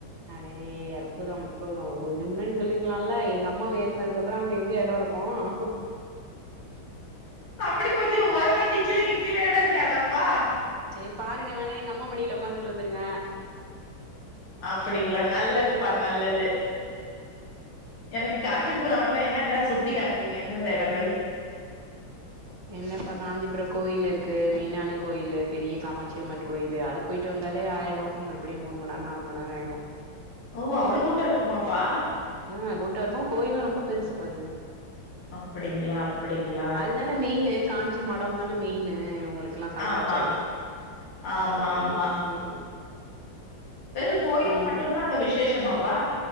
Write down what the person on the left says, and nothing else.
அப்டி கொஞ்சோ ஓரமா டிக்கில கிக்கில எடோ இருக்காதாப்பா
அப்படிங்ளா நல்லதுப்பா நல்லது எனக்கு காஞ்சிபுரோ வந்து என்னன்ன சுத்தி காட்டுவீங்க எந்தெந்த எடங்கள்
ஓ அவ்வளோ கூட்டோ இருக்குமாப்பா
அப்டிங்ளா அப்டிங்ளா
ஆமா ஆமா
ஆமா
வெறு கோயில்
மட்டுதா அங்க விசேஷமாப்பா